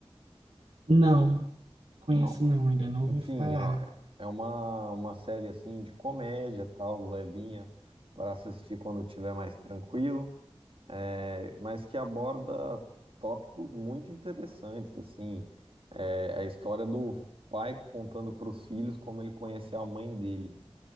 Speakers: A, on the right; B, on the right.
A: Não, conheço
B: Não.
A: não, ainda não ouvi
B: Enfim,
A: falar.
B: ó, é uma, uma série assim de comédia, tal, levinha, para assistir quando estiver mais tranquilo. é, mas que aborda tópicos muito interessantes, assim, É, a história do pai contando para os filhos como ele conheceu a mãe dele.